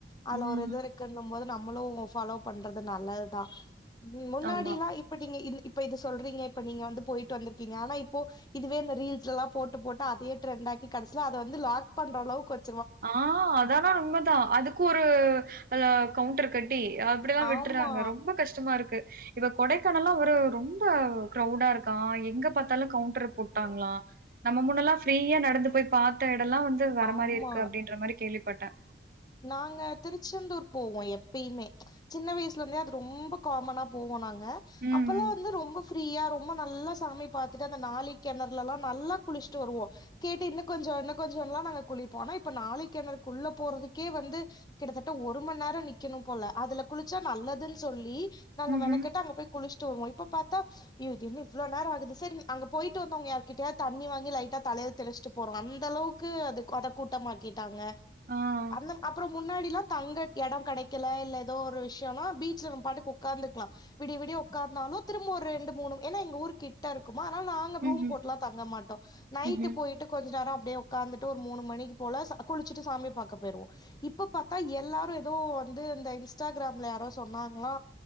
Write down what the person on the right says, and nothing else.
ம்.
ஆமா.
ஆஹ் அதானா உண்மைதா அதுக்கு ஒரு <unintelligible> கவுண்டர் கட் டி அப்படிதா விட்டுற்றாங்க
ரொம்ப கஷ்டமா இருக் கு இப்ப கொடைக்கானல்லா ஒரு ரொம்ப க்ரௌடா இருக்கா எங்க பாத்தாலு கவுண்டர் போட்டாங்களா நம்ம முன்னெல்லா ஃப்ரீயா நடந்து போய் பாத்தா எப் ல்லா வந்து வேர
மாரி இருக் அப்டின்ற மாரி கேள்வி பட்டன்
ம்.
ம்ஹூ
ஆஹ்
ம்ஹூ
ம்ஹூ